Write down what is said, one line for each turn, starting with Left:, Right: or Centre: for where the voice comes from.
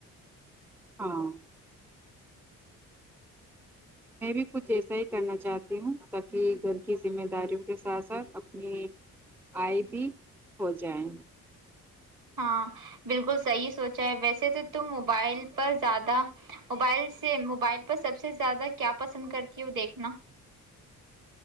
Centre: ہاں میں بھی کچھ ایسا ہی کرنا چاہتی ہوں تاکہ گھر کی ذمہ داریوں کے ساتھ ساتھ اپنی آئی بھی ہو جائیں
Right: ہاں بالکل صحیح سوچا ہے ویسے تو تم موبائل پر زیادہ موبائل سے موبائل پر سب سے زیادہ کیا پسند کرتی ہو ہو دیکھنا